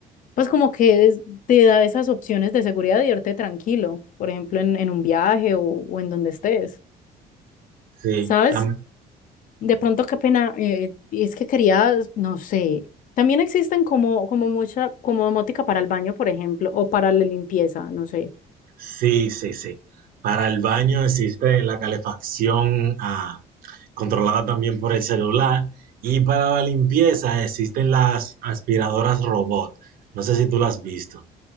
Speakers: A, on the left; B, on the right.
A: pues como que es- te da esas opciones de seguridad de irte tranquilo, por ejemplo, en, en un viaje o, o en donde estés,
B: Sí,
A: ¿sabes?
B: tam-
A: De pronto, qué pena, eh, y es que quería, no sé, también existen como, como mucha, como domótica para el baño, por ejemplo, o para la limpieza, no sé.
B: Sí, sí, sí. Para el baño existe la calefacción ah, controlada también por el celular y para la limpieza existen las aspiradoras robot. No sé si tú las has visto.